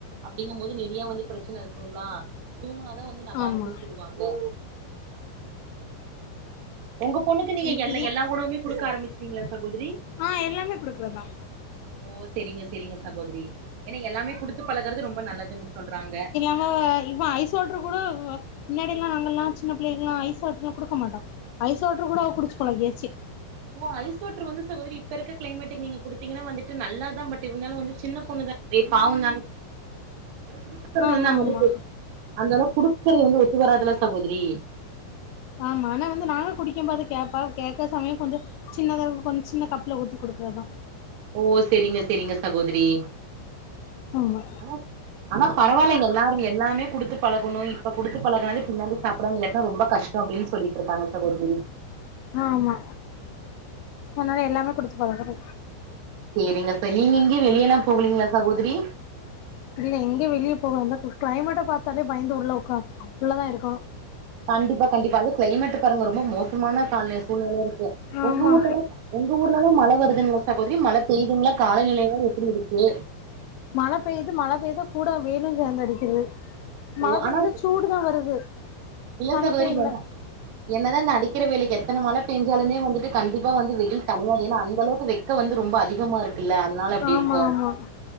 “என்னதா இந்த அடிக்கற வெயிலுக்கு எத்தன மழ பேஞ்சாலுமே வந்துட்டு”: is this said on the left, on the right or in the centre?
Right